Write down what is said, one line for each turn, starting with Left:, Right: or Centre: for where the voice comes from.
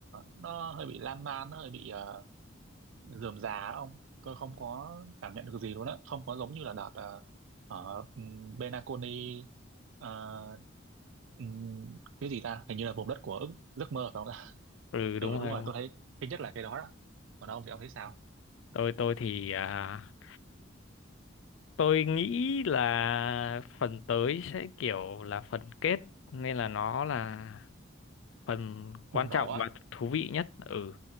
Right: nó hơi bị lan man nó hơi bị uh, rườm rà á ông tôi không có cảm nhận được gì luôn á không có giống như là đợt ờ, ở um, Benaconi ờ, ừm, cái gì ta hình như là vùng đất của ước, giấc mơ phải không ta
Left: Ừ
Right: ừ
Left: đúng
Right: đúng
Left: rồi,
Right: rồi tôi thấy thứ nhất là cái đó đó còn ông thì ông thấy sao
Left: tôi tôi thì à, tôi nghĩ là phần tới sẽ kiểu là phần kết nên là nó là phần quan
Right: bùng nổ
Left: trọng
Right: á
Left: và thú vị nhất ừ